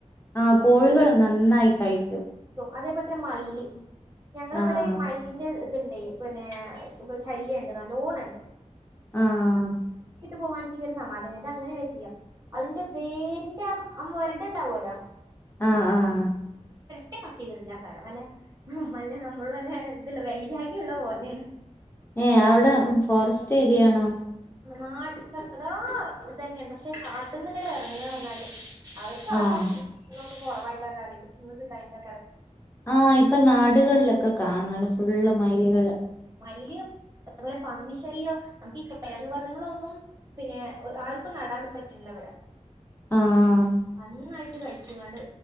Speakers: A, on the left; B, on the right.
A: ആഹ് കോഴികള് നന്നായി കഴിക്കും
B: അതേപോൽ തന്നെ മയ്ല് ഞങ്ങളെവടെ
A: ആഹ്
B: മയ്ലിന്റ് ത്ണ്ടേ പ്ന്നെ ശല്യണ്ട് നല്ലോണണ്ട്
A: ആഹ്.
B: പോവാന്ന് വെച്ചെങ്കി സമാധാനം ഇത അങ്ങനെയല്ല ചെയ്യാം അതിന്റെ വേരിന്റെ മൊരട് ഉണ്ടാവല്ലോ
A: ആഹ് ആഹ്.
B: മ കട്ട് ചെയ്തിറിഞ്ഞ കാരം അല്ല മല്ല നമ്മള് വല്ല ഇല്ല വൈരാഗ്യം ഉള്ള പോലെയാണ്.
A: ഏഹ് അവിടെ ഫോറസ്റ്റ് ഏരിയ ആണോ?
B: നാട്ടിച്ചദ്ര ഇത് തന്നെയ പക്ഷെ കാട്ടിന്നിങ്ങട് ഇറങ്ങണം ന്നായിട്ട്. അവർക്കവിടെ
A: ആഹ്
B: ഭക്ഷണോക്കെ കുറവായിട്ടാക്കാരെ ഒന്ന് കിട്ടാനായിട്ടൊക്കാരെ
A: ആഹ് ഇപ്പൊ നാടുകളിലൊക്കെ കാണണ്ട് ഫുള്ള് മൈലുകള്
B: ഇലിയോ അത് പോലെ പന്നി ശല്യം നമുക്കി കെഴങ്ങ് വർഗ്ഗങ്ങളൊന്നും പിന്നെ ആർക്കും നടാൻ പറ്റില്ല ഇവിടെ.
A: ആഹ്
B: നന്നായിട്ട് കഴിച്ച്ങ്ങാണ്ട്